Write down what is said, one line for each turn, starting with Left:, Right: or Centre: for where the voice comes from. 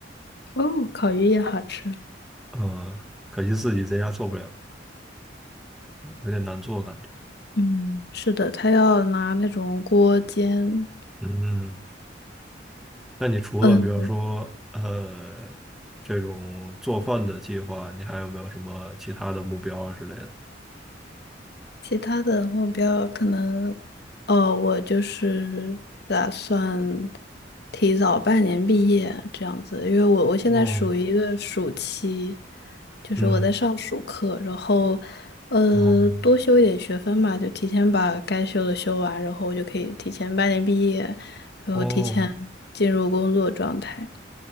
Left: 哦，烤鱼也好吃。
Centre: 嗯，可惜自己在家做不了，有点难做感觉。
Left: 嗯，是的，他要拿那种锅煎。
Centre: 嗯，那你除了比方说呃这种做饭的计划，
Left: 嗯。
Centre: 你还有没有什么其他的目标啊之类的？
Left: 其他的目标可能，哦，我就是打算提早半年毕业这样子，因为我我现在属于一个暑期，
Centre: 哦，
Left: 就是我在上暑课，
Centre: 嗯，
Left: 然后呃多修一点学分吧，
Centre: 哦，
Left: 就提前把该修的修完，然后我就可以提前半年毕业，然后提前进入工作状态。
Centre: 哦，